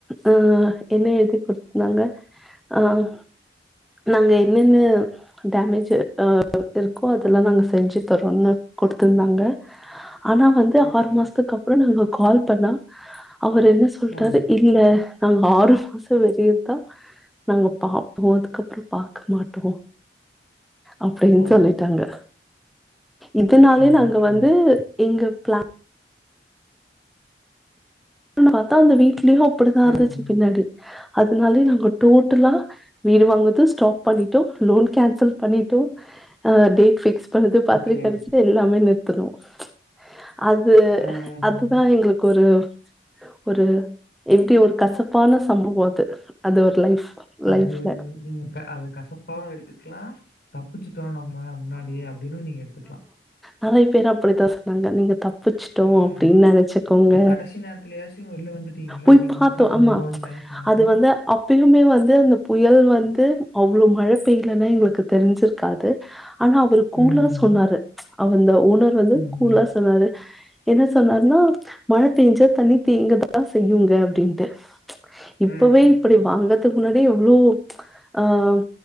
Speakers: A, in the centre; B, on the left (about 65°).
A: அஹ் என்ன எழுதி கொடுத்தருந்தாங்க அஹ் நாங்க என்னென்ன டேமேஜ் அஹ் இருக்கோ அதெல்லாம் நாங்க செஞ்சு தரோம்னு கொடுத்திருந்தாங்க ஆனா வந்து
B: ஓகே.
A: ஆறு மாசத்துக்கு அப்பறம் நாங்க ப னா அவர் என்ன சொல்றாரு
B: ம்.
A: இல்ல நாங்க ஆறு மாசம் வெறியுதான் நாங்க பாப்போம் அதுக்கப்பறம் பார்க்க மாட்டோம் அப்படின்னு
B: ஓ!
A: சொல்லிட்டாங்க இதனாலே
B: ஓகே,
A: நாங்க
B: ஓகே.
A: வந்து எங்க பிளா ஒ பாத்தா அந்த வீட் ப்படியோ அப்படி தான்
B: ம்,
A: இருந்துச்சு
B: ம்.
A: பின்னாடி அதுனாலயே நாங்க டோட்டலா வீடு வாங்கறது ஸ்டாப் பண்ணிட்டோ லோன் கேன்சல் பண்ணிட்டோ டேட் ஃபிக்ஸ் இப்பழுது பத்திரக்கடிச்சது
B: ஓகே.
A: எல்லாமே நிறு த் <unintelligible> அது
B: ம், ம்,
A: அதுதான்
B: ம்.
A: எங்களுக்கு ஒரு <inaudible> ஒரு எப்படி ஒரு கசப்பான சம்பவம் அது அது ஒரு லைஃப்
B: அது
A: லைஃப்ல
B: நீங்க க அத கசப்பாவு எடுத்துக்லா தப்பிச்சுட்டோம் நம்ம முன்னாடியே அப்படின்னு நீங்க எடுத்துக்லா
A: நிறைய பேர் அப்படித்தான் சொன்னாங்க நீங்க த பிச்சுட்டோம்
B: ம்.
A: அப்படின்னு நினைச்சக்கோங்க
B: கடைசி நேரத்துலயாச்சும் வெளில வந்துட்டீங்கல்ல,
A: போய்
B: நீங்க
A: பார்த்தோம்
B: இன்கேஸ் வந்து
A: ஆமா
B: லோன் சேங்ஷன் ஆகி
A: அது வந்து அப்பயுமே வந்து அந்த புயல் வந்து அவ்வளவு மழை பெய்யலன்னா எங்களுக்கு தெரிஞ்சிருக்காது ஆனா அவரு
B: ம்,
A: கூளா சொன்னாரு அவந்த ஓனர் வந்து
B: ம், ம்.
A: கூலா
B: ம்.
A: சொன்னாரு என்ன சொன்னாருன்னா மழ பேஞ்ச தனி தேங்கதான் செய்யுங்க அப்படின்ட்டு
B: ம்,
A: இப்பவே இப்படி
B: ம்.
A: வாங்கறதுக் முன்னாடியே எவ்ளோ ஆஹ்